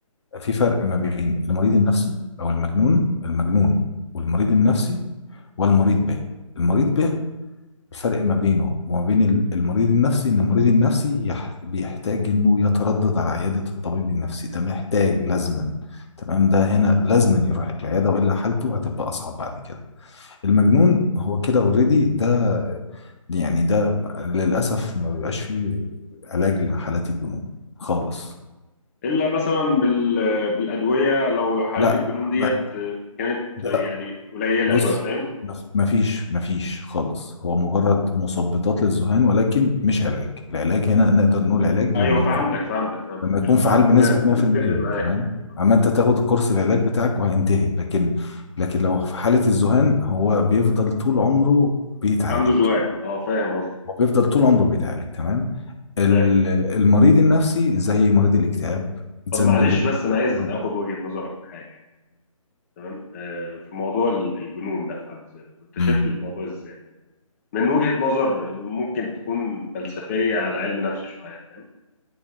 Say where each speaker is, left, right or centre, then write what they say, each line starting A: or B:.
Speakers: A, on the left (about 50°); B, on the left (about 25°).
A: في فرق ما بين المريض النفسي او المجنون المجنون والمريض النفسي والمريض به المريض به الفرق ما بينه وما بين ال- المريض النفسي ان المريض النفسي يح- بيحتاج انه يتردد على عيادة الطبيب النفسي ده محتاج لازما تمام ده هنا لازما يروح العيادة والا حالته هتبقى اصعب بعد كده المجنون هو كده اوريدي ده يعني ده للاسف ما بيبقاش فيه علاج لحالات الجنون خالص
B: الا مثلا بال بالادويه لو حالات
A: لا
B: الجنون ديت
A: ما
B: كانت
A: ده
B: يعني قليله
A: بص
B: شويه فاهم
A: بص، مفيش مفيش خالص هو مجرد مثبطات للذهان ولكن مش علاج العلاج هنا نقدر نقول علاج
B: ايوه
A: لما
B: فهمتك
A: يكون
B: فهمتك فهمتك
A: لما يكون
B: قشطه
A: فعال
B: لا
A: بنسبة
B: تمام
A: 100%
B: متفق معاك
A: تمام
B: متفق معاك
A: اما انت تاخد الكورس العلاج بتاعك وهينتهي لكن لكن لو في حالة الذهان هو بيفضل طول عمره بيتعالج
B: عنده ذهان اه فاهم قصدي
A: هو بيفضل طول عمره بيتعالج تمام ال-
B: فاهم
A: المريض النفسي زي مريض الاكتئاب زي
B: طب معلش
A: مريض الاضطراب
B: بس انا عايز اخد وجهة نظرك في حاجه تمام آه في موضوع ال- الجنون ده في حد ذاته انت شايف
A: امم
B: الموضوع ازاي من وجهة نظر ممكن تكون فلسفيه على علم نفس شويه فاهم